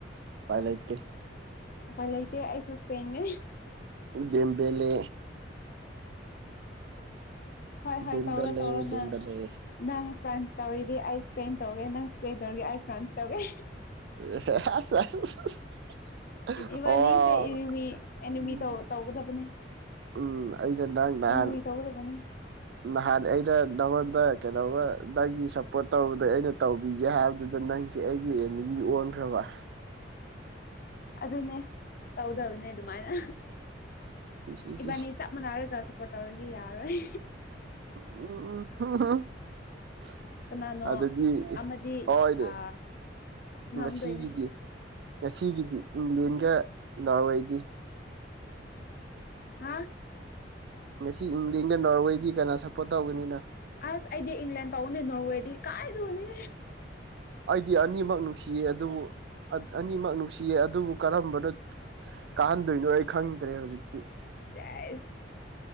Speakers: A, on the right (about 65°); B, on the left (about 50°).
A: ꯎꯄꯥꯏ ꯂꯩꯇꯦ
B: ꯎꯄꯥꯏ ꯂꯩꯇꯦ ꯑꯩꯁꯨ ꯁꯄꯦꯟꯅꯦ
A: ꯢꯟꯗꯦꯝꯕꯦꯂꯦ
B: ꯍꯣꯏ ꯍꯣꯏ
A: ꯗꯦꯝꯕꯦꯂꯦ
B: ꯇꯧꯔꯣ ꯇꯧꯔꯣ
A: ꯗꯦꯝꯕꯦꯂꯦ
B: ꯅꯪ ꯅꯪ ꯐ꯭ꯔꯥꯟꯁ ꯇꯧꯔꯤꯗꯤ ꯑꯩ ꯏꯁꯄꯦꯟ ꯇꯧꯒꯦ ꯅꯪ ꯏꯁꯄꯦꯟ ꯇꯧꯔꯤꯒꯦ ꯑꯩ ꯐ꯭ꯔꯥꯟꯁ ꯇꯧꯒꯦ
A: <unintelligible> <inaudible>
B: ꯏꯕꯥꯅꯤꯁꯦ
A: ꯑꯣ
B: ꯏꯅꯤꯃꯤ ꯑꯦꯅꯤꯃꯤ
A: ꯎꯝ
B: ꯇꯧꯒꯗꯕꯅꯦ
A: <unintelligible> ꯎꯝ ꯑꯩꯅ ꯉꯥꯡ ꯅꯍꯥꯜ
B: ꯑꯦꯅꯤꯃꯤ ꯇꯧꯒꯗꯕꯅꯦ
A: ꯅꯍꯥꯟ ꯑꯩꯅ ꯅꯪꯉꯣꯟꯗ ꯀꯩꯅꯣꯃ ꯅꯪꯒꯤ ꯁꯞꯄꯣꯔꯠ ꯇꯧꯕꯗꯣ ꯑꯩꯅ ꯇꯧꯕꯤꯒꯦ ꯍꯥꯏꯕꯗꯨꯗ ꯅꯪ ꯁꯤ ꯑꯩꯒꯤ ꯑꯦꯃꯨꯅꯤꯟ ꯑꯣꯟꯈ꯭ꯔꯕ
B: ꯑꯗꯨꯅꯦ ꯇꯧꯗꯕꯅꯤ ꯑꯗꯨꯃꯥꯏꯅ
A: ꯏꯁ ꯏꯁ
B: ꯏꯕꯥꯅꯤ
A: ꯏꯁ
B: ꯆꯞ ꯃꯥꯟꯅꯔꯒ ꯁꯞꯄꯣꯔꯠ ꯇꯧꯔꯒꯦ ꯌꯥꯔꯣꯏ
A: ꯑꯣ ꯍ ꯍ <unintelligible> <inaudible>
B: ꯀꯅꯥꯅꯣ
A: ꯑꯗꯨꯗꯤ
B: ꯑꯃꯗꯤ
A: ꯑꯣꯏꯔꯦ
B: ꯑ ꯉꯝꯗꯣꯏꯅꯦ
A: ꯉꯁꯤꯒꯤꯗꯤ ꯉꯁꯤꯒꯤꯗꯤ ꯏꯪꯂꯦꯟꯒ ꯅꯥꯔꯋꯦꯗꯤ
B: ꯍꯥ
A: ꯉꯁꯤ ꯏꯪꯂꯦꯟꯒ ꯅꯣꯔꯋꯦꯗꯤ ꯀꯅꯥ ꯁꯞꯄꯣꯔꯠ ꯇꯧꯒꯅꯤꯅꯣ
B: ꯑꯁ ꯑꯩꯗꯤ ꯏꯪꯂꯦꯟ ꯇꯧꯅꯦ ꯅꯣꯔꯋꯦꯗꯤ ꯀꯥꯏꯅꯣꯅꯦ
A: ꯑꯩꯗꯤ ꯑꯅꯤꯃꯛ ꯅꯨꯡꯁꯤꯌꯦ ꯑꯗꯨꯕꯨ ꯑ ꯑꯅꯤꯃꯛ ꯅꯨꯡꯁꯤꯌꯦ ꯑꯗꯨꯕꯨ ꯀꯔꯝꯕꯅ ꯀꯥꯍꯟꯗꯣꯏꯅꯣ ꯑꯩ ꯈꯪꯗ꯭ꯔꯦ ꯍꯧꯖꯤꯛꯇꯤ
B: ꯆꯦꯁ